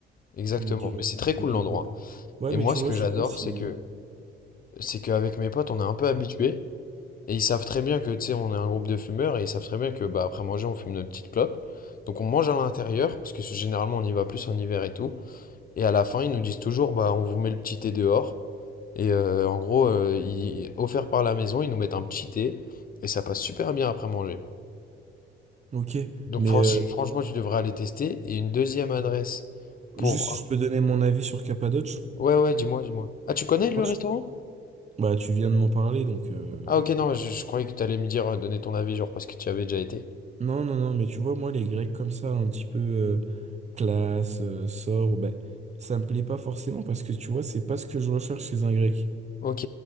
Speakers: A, on the left (about 45°); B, on the right (about 35°).
A: Exactement.
B: Ok.
A: Mais c'est très cool
B: Ok, je
A: l'endroit.
B: sais pas. Ouais,
A: Et
B: mais
A: moi,
B: tu
A: ce
B: vois,
A: que
B: je
A: j'adore,
B: sais pas si.
A: c'est que c'est qu'avec mes potes, on est un peu habitué. Et ils savent très bien que, tu sais, on est un groupe de fumeurs et ils savent très bien que, bah, après manger, on fume notre petite clope. Donc on mange à l'intérieur, parce que généralement on y va plus en hiver et tout. Et à la fin, ils nous disent toujours, bah, on vous met le petit thé dehors. Et euh, en gros, euh, ils- offert par la maison, ils nous mettent un petit thé et ça passe super bien après manger.
B: Ok,
A: Donc
B: mais
A: franch-
B: euh,
A: franchement, tu devrais aller tester. Et une deuxième adresse pour...
B: juste, si je peux donner mon avis sur Cappadoce.
A: Ouais, ouais, dis-moi, dis-moi. Ah, tu connais le
B: Moi,
A: restaurant?
B: je- Bah, tu viens de m'en parler, donc. euh,
A: Ah, ok, non, je, je croyais que tu allais me dire, euh, donner ton avis, genre parce que tu y avais déjà été.
B: Non, non, non, mais tu vois, moi, les Grecs comme ça, un petit peu euh, classe, euh, sobre, ben, ça me plaît pas forcément parce que tu vois, c'est pas ce que je recherche chez un Grec.
A: Ok,